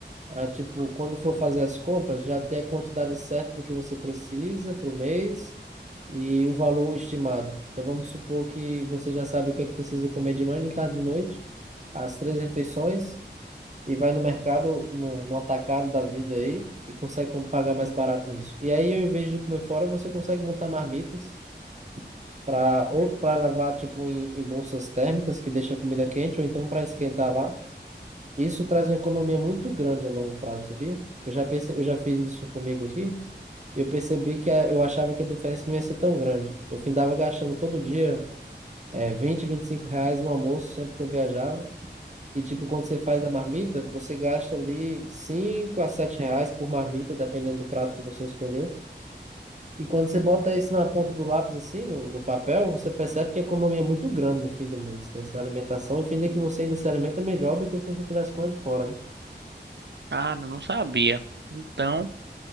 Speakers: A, on the right; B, on the right.
A: Ah, tipo, quando for fazer as compras, já ter a quantidade certa do que você precisa para o mês e o valor estimado. Então, vamos supor que você já sabe o que é que precisa comer de manhã, de tarde de noite, as três refeições, e vai no mercado, no, no atacado da vida aí, e consegue com- pagar mais barato nisso. E aí, ao invés de comer fora, você consegue montar marmitas para ou para levar, tipo, em, em bolsas térmicas, que deixa a comida quente, ou então para esquentar lá. Isso traz uma economia muito grande a longo prazo, sabia? Eu já perce... eu já fiz isso comigo aqui. Eu percebi que a... eu achava que a diferença não ia ser tão grande. Eu findava gastando todo dia é, 20, 25 reais no almoço, sempre que eu viajava. E, tipo, quando você faz a marmita, você gasta ali 5 a 7 reais por marmita, dependendo do prato que você escolheu. E quando você bota isso na ponta do lápis, assim, no, no papel, você percebe que a economia é muito grande no fim do mês, dessa alimentação. E fim de que você ainda se alimenta melhor do que se você tivesse comendo fora, né?
B: Cara, eu não sabia. Então,